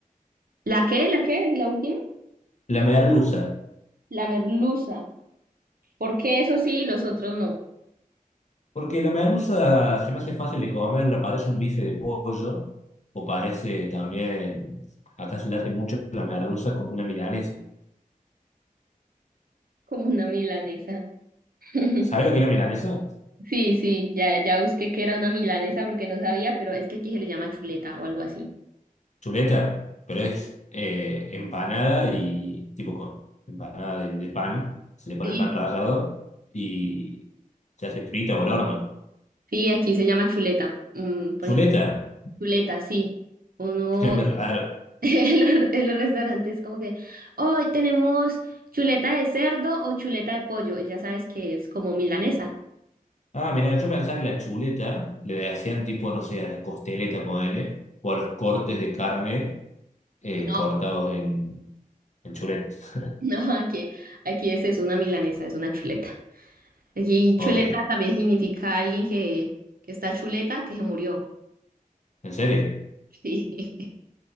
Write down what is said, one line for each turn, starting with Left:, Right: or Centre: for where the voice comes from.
Right: ¿La qué? ¿La qué? ¿Y la última?
Left: La merluza,
Right: La merluza. Porque eso sí, los otros no.
Left: porque la merluza se me hace fácil de comer, la parece un bife de pollo o parece también, acá se late mucho la merluza como una milanesa.
Right: Como una milanesa. <laughs>
Left: ¿Sabes lo que es la milanesa?
Right: Sí, sí, ya, ya busqué que era una milanesa porque no sabía, pero es que aquí se le llama chuleta o algo así.
Left: Chuleta, pero es
Right: Sí,
Left: eh, empanada y tipo con empanada de, de pan, se le pone
Right: sí,
Left: pan rallado y se hace frita o al horno.
Right: sí, aquí se llama chuleta. Mm, por
Left: Chuleta,
Right: ejemplo, chuleta, sí. Uno,
Left: qué nombre
Right: <laughs>
Left: raro.
Right: En los, en los restaurantes, como que hoy tenemos chuleta de cerdo o chuleta de pollo, y ya sabes que es como milanesa.
Left: Ah, mira, yo pensaba que la chuleta le hacían tipo, no sé, a la costeleta, ponele, o a los cortes de carne eh,
Right: No,
Left: cortados en, en chuletas.
Right: <laughs>
Left: <laughs>
Right: no, aquí, aquí es, es una milanesa, es una chuleta. Aquí
Left: Ok,
Right: chuleta también significa alguien que, que está chuleta, que se murió.
Left: ¿en serio?
Right: Sí,